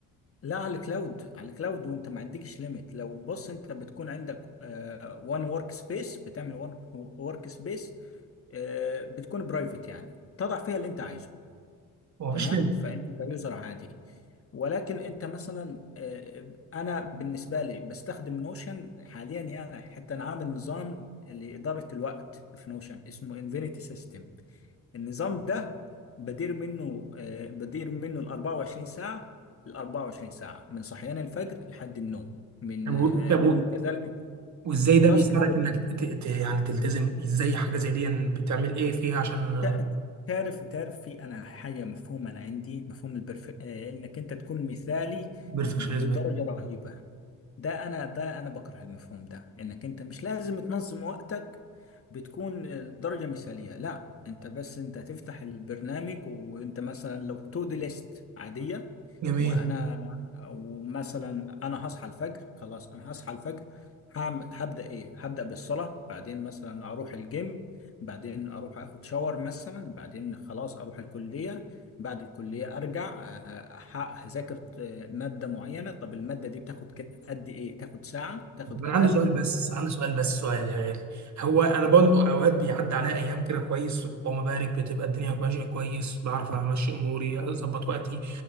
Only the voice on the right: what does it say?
هو مفيش
ليميت
طب
و- طب
و-
وازاي
ده بيساعدك انك ت- ت- يعني تلتزم ازاي حاجه زي دي يعني بتعمل ايه فيها عشان
بيرفكشنزم
جميل
طب انا
عندي سؤال بس عندي سؤال بس سؤال يا غالي هو انا برضه اوقات بيعدي عليا ايام كده كويس اللهم بارك بتبقى الدنيا ماشيه كويس بعرف امشي اموري اظبط وقتي